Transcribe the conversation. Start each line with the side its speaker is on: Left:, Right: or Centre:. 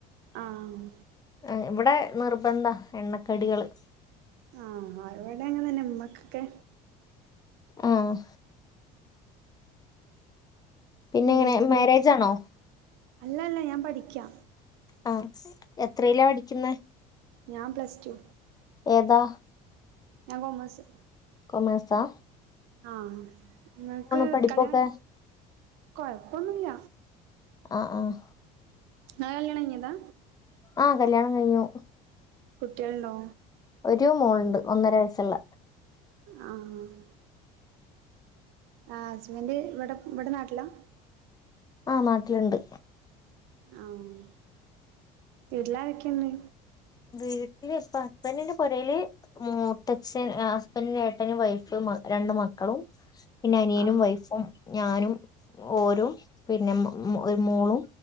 Right: ആഹ്
Left: ഏഹ് ഇവടെ നിർബന്ധാ എണ്ണക്കടികള്
Right: ആഹ് അവടെ അങ്ങനെ തന്നെ ഉമ്മക്കെക്കെ
Left: ആഹ് പിന്നെ
Right: ഉം
Left: എങ്ങനെ
Right: എന്നിട്ട്
Left: മാരേജ് ആണോ
Right: അല്ല അല്ല ഞാൻ പഠിക്കാ
Left: ആഹ് എത്രലാ പഠിക്കുന്നെ
Right: ഞാൻ പ്ലസ് റ്റു
Left: ഏതാ?
Right: ഞാ കോമേസ്
Left: കോമേസാ
Right: ആഹ് നിങ്ങക്ക്
Left: പഠിപ്പൊക്കെ
Right: കല്യാണം കൊയപ്പൊന്നുല്ല
Left: ആഹ് ആഹ്
Right: നിങ്ങടെ കല്യാണം യ്യിഞ്ഞതാ
Left: ആഹ് കല്യാണം കഴിഞ്ഞു
Right: കുട്ടികളുണ്ടോ?
Left: ഒരു മോള്ണ്ട് ഒന്നര വയസ്ള്ള
Right: ആഹ് ആഹ് ഹസ്ബൻഡ് ഇവടെ ഇവടെ നാട്ടിലാ
Left: ആഹ് നാട്ടില്ണ്ട്
Right: ആഹ് വീട്ടില്ലാരാക്കെണ്ട്?
Left: വീട്ടില് ഇപ്പോ ഹസ്ബന്റിന്റെ പൊരേല് മൂത്തച്ഛൻ ഹസ്ബന്റിന്റെ ഏട്ടനും വൈഫ് മ രണ്ടു മക്കളും പിന്നെ അനിയനും
Right: ആഹ്
Left: വൈഫും ഞാനും ഓരും പിന്നെ മോ ഒരു മോളും